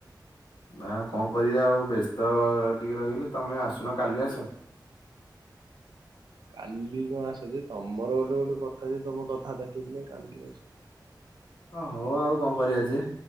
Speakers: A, on the left; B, on the right.
A: ନା କଣ କରିବି ଆଉ ବ୍ୟସ୍ତ ଟିକେ ରହିଗଲି ତମେ ଆସୁନ କାଲି ଆସ।
B: କାଲି କଣ ଆସୁଛି ତମର ଗୋଟେ ଗୋଟେ କଥା ଯେ ତମ କଥା ଟା ଠିକ ନାହିଁ କାଲି ଆସ
A: ଓ ହଉ ଆଉ କଣ କରିବା ଯେ